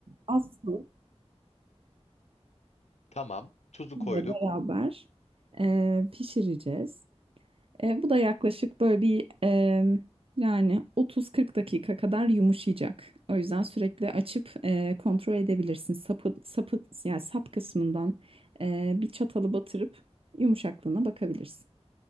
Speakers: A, on the right; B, on the left.
A: az su
B: Tamam. Tuzu
A: ile
B: koyduk.
A: beraber e, pişireceğiz. E, bu da yaklaşık böyle bir em, yani 30-40 dakika kadar yumuşayacak. O yüzden sürekli açıp e, kontrol edebilirsin. Sapı, sapı yani sap kısmından e, bir çatalı batırıp yumuşaklığına bakabilirsin.